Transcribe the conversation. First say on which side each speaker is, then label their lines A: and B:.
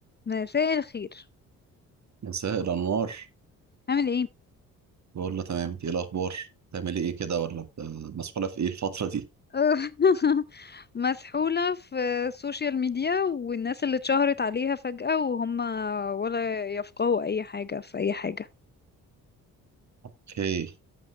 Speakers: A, on the left (about 25°); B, on the right (about 45°).
A: مساء الخير
B: مساء الأنوار
A: عامل ايه
B: بقول له تمام إنت إيه الأخبار بتعملي إيه كده ولا بت- مسحولة في إيه الفترة دي
A: <laughs> مسحولة في السوشيال ميديا والناس اللي اتشهرت عليها فجأة وهم ولا يفقهوا اي حاجة في اي حاجة
B: أوكي